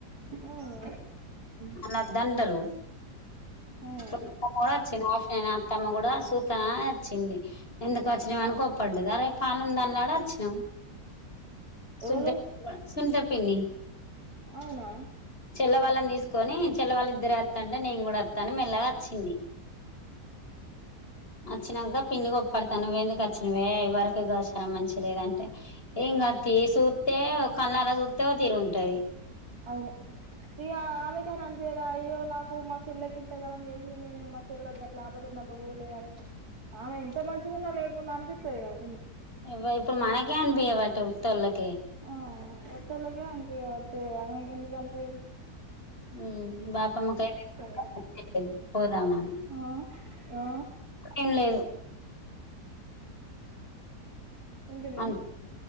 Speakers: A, on the right; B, on the left.
A: ఉమ్
B: ఆల్ వద్దంటరూ <inaudible>
A: ఉమ్
B: వచ్చిన <inaudible> అతమ్మ కూడా సూతా అని అచ్చింది. ఎందుకు వచ్చినవని కోప్పడ్డది. అరే పానం తనలాడి వచ్చినం. సునిత
A: ఎవలు
B: సునిత పిన్ని.
A: అవునా
B: చల్ల వాళ్ళని తీసుకొనీ చెల్ల వాళ్ళ ఇద్దరే వత్తాంటే నేను కూడ వత్తా అని మెల్లగా అచ్చింది. వచ్చినాక పిన్ని కోప్పడతా నువ్వెందుకు అర్చినవే ఇది వరకు గహచారం మంచి లేదా అంటే ఏం గాద్ తీ సూత్తే కళ్ళారా సుత్ త్త తీరు ఉంటది
A: అవును ఇగ ఆమెగాని అనిపీదా అయ్యో నాకు మా చెల్లకి ఇంత గనం చే ఇక నేనే మా చెల్లెకి గట్ల ఆపదలో ఉన్నప్ ఎవ్వూరు లేరు అని ఆమె ఎంత మంచిగా ఉన్నా లేకున్నా అనిపిత్తది గదా కొన్ని
B: ఎవ్వర్ ఇప్పుడు మనకే అనిపీయబట్టే ఉత్తొల్లక్
A: ఆ ఉత్తొల్లకే అనిపీయకపోతే ఆమెకేందుకు అనిపీదు
B: మీ బాపమ్మకైన
A: కదా
B: <inaudible> పోదామని
A: ఆ ఆ
B: ఏం లేదు
A: ఏం పిన్ని
B: అనుకున్నా